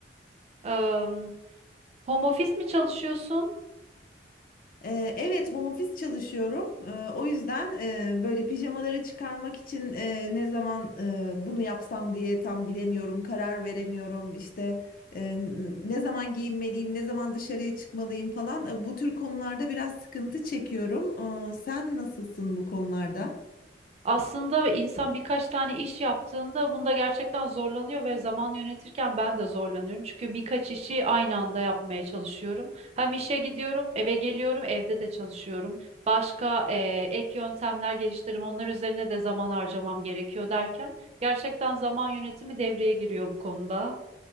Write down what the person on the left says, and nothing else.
Ee, evet, home office çalışıyorum. Ee, o yüzden e, böyle pijamaları çıkarmak için e, ne zaman e, bunu yapsam diye tam bilemiyorum, karar veremiyorum. İşte e, n- ne zaman giyinmeliyim, ne zaman dışarıya çıkmalıyım falan. E, Bu tür konularda biraz sıkıntı çekiyorum. Ee, sen nasılsın bu konularda?